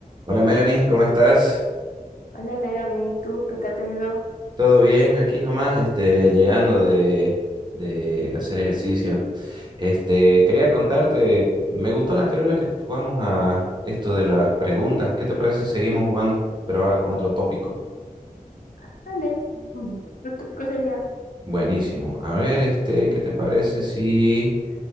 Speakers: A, on the right; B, on the left.
A: Hola Melanie, ¿cómo estás?
B: Hola Leo, bien, ¿y tú? ¿Qué tal te ayudó?
A: ¿Todo bien? Aquí nomás, este, llegando de, de hacer ejercicio. Este, quería contarte, me gustó la anterior vez que jugamos a esto de las preguntas. ¿Qué te parece si seguimos jugando, pero ahora con otro tópico?
B: Ah, dale. Ujú. ¿Cuál tópico sería?
A: Buenísimo. A ver, este, ¿qué te parece si